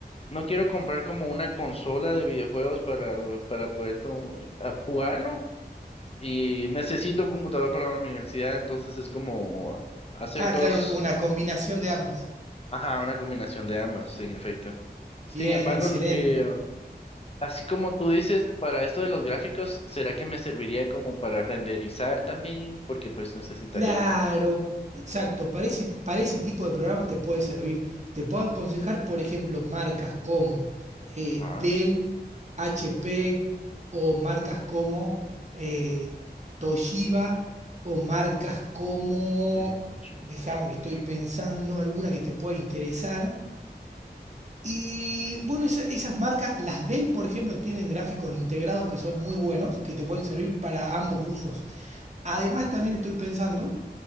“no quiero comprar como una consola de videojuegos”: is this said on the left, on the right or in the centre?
Left